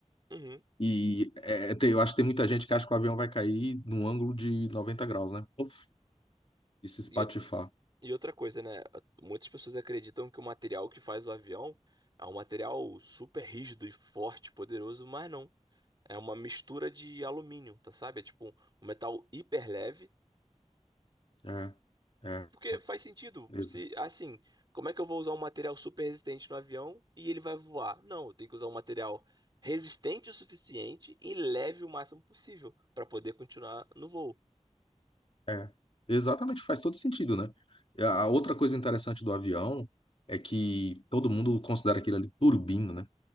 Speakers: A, on the right (about 35°); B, on the left (about 50°).
A: Uhum.
B: E é, é, tem- eu acho que tem muita gente que acha que o avião vai cair num ângulo de 90 graus, né? Uf, e se espatifar.
A: E eu E outra coisa, né? Muitas pessoas acreditam que o material que faz o avião é um material super rígido e forte, poderoso, mas não. É uma mistura de alumínio, tá sabe? É tipo um um metal hiper leve.
B: É, é,
A: Porque faz sentido.
B: exa-
A: Se, assim, como é que eu vou usar um material super resistente no avião e ele vai voar? Não, eu tenho que usar um material resistente o suficiente e leve o máximo possível para poder continuar no voo.
B: é. Exatamente, faz todo sentido, né? E A a outra coisa interessante do avião é que todo mundo considera aquilo ali turbina, né?